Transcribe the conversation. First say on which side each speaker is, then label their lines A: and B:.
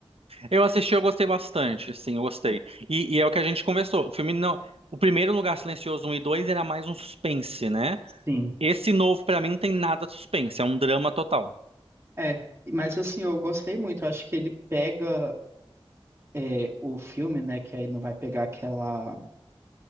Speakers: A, on the right (about 85°); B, on the right (about 25°).
A: Eu assisti, eu gostei bastante, sim, eu gostei. E, e é o que a gente conversou. O filme não. O primeiro Lugar Silencioso um e 2 era mais um suspense, né?
B: Sim.
A: Esse novo, pra mim, não tem nada de suspense, é um drama total.
B: É, mas assim, eu gostei muito. Eu acho que ele pega é, o filme, né, que aí não vai pegar aquela